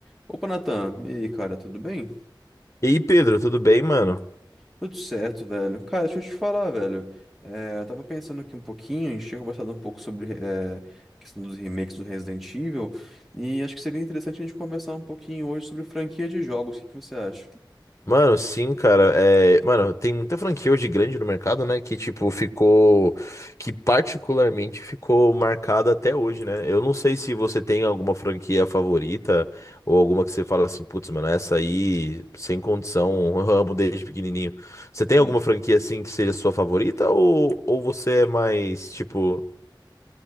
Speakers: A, in the centre; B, on the left.
A: Opa, Natan. E aí, cara, tudo bem?
B: E aí, Pedro, tudo bem, mano?
A: Tudo certo, velho. Cara, deixa eu te falar, velho. É, eu tava pensando aqui um pouquinho, a gente tinha conversado um pouco sobre é, a questão dos remakes do Resident Evil, e acho que seria interessante a gente conversar um pouquinho hoje sobre franquia de jogos. O que que você acha?
B: Mano, sim, cara. É, mano, tem muita franquia hoje grande no mercado, né? Que, tipo, ficou. Que particularmente ficou marcada até hoje, né? Eu não sei se você tem alguma franquia favorita ou alguma que você fala assim, putz, mano, essa aí, sem condição, <laughs> eu amo desde pequenininho. Você tem
A: Hum.
B: alguma franquia, assim, que seja sua favorita ou, ou você é mais, tipo,